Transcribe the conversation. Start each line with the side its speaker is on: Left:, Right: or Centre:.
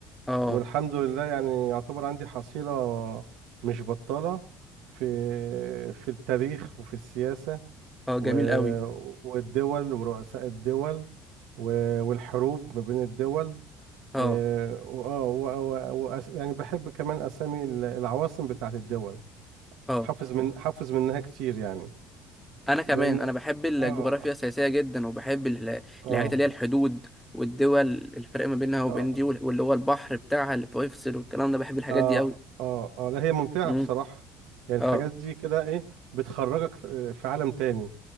Centre: اه
Right: والحمد لله يعني يعتبر عندي حصيله مش بطاله في في التاريخ وفي السياسه
Centre: اه
Right: و-
Centre: جميل قوي
Right: والدول ورؤساء الدول و- والحروب ما بين الدول
Centre: اه
Right: إيه، وآه، و- و- وأس- يعني بحب كمان اسامي ال- العواصم بتاعت الدول
Centre: اه
Right: حافظ من حافظ منها كتير يعني
Centre: انا كمان
Right: لان
Centre: انا بحب الجغرافيا
Right: اه
Centre: السياسيه جدا وبحب ال-
Right: اه
Centre: الحاجات اللي هي الحدود والدول الفرق ما بينها وبين
Right: اه
Centre: دي وال- واللي هو البحر بتاعها اللي بيفصل والكلام ده بحب الحاجات
Right: اه
Centre: دي قوي
Right: اه اه لا هي ممتعة
Centre: امم
Right: بصراحة يعني الحاجات
Centre: اه
Right: دي كده ايه بتخرجك في في عالم تاني